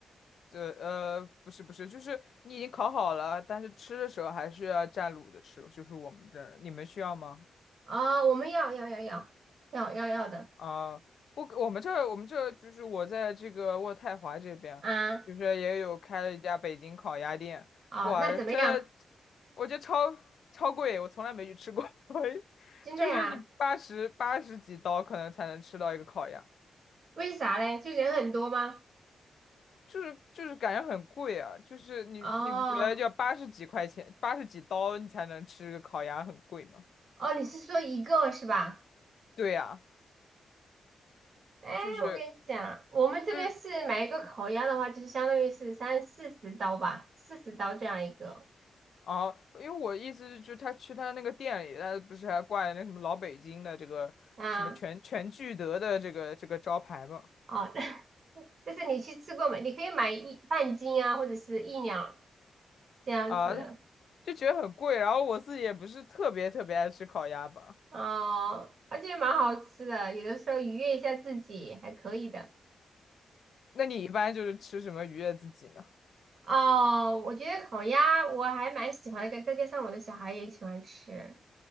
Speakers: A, on the left; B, on the right.
A: 对，呃，不是不是，就是你已经烤好了，但是吃的时候还是要蘸卤的吃，就是我们这儿，你们需要吗？
B: 哦，我们要要要要要要要的
A: 啊、我我们这儿我们这儿就是我在这个渥太华这边，
B: 啊！
A: 就是也有开了一家北京烤鸭店，
B: 哦，
A: 哇，
B: 那怎么样？
A: 真的，我觉得超超贵，我从来没去吃过，<laughs>
B: 真的呀？
A: 就是你八十八十几刀可能才能吃到一个烤鸭。
B: 为啥嘞？就人很多吗？
A: 就是就是感觉很贵啊，就是你你不觉得要八十几块钱，
B: 哦
A: 八十几刀你才能吃个烤鸭很贵吗？
B: 哦，你是说一个是吧？
A: 对呀、
B: 哎，
A: 就是
B: 我跟你讲，我们这边是买一个烤鸭的话，
A: 就是
B: 就是相当于是三四十刀吧，四十刀这样一个
A: 哦，因为我意思是，就是他去他那个店里，他不是还挂着那什么老北京的这个什么全全聚德的这个这个招牌嘛，
B: 啊。哦，<laughs> 但是你去吃过没？你可以买一半斤啊，或者是一两这样子。
A: 啊，就觉得很贵，然后我自己也不是特别特别爱吃烤鸭吧，
B: 哦，而且蛮好吃的，有的时候愉悦一下自己还可以的。
A: 那你一般就是吃什么愉悦自己呢？
B: 哦，我觉得烤鸭我还蛮喜欢的，再加上我的小孩也喜欢吃，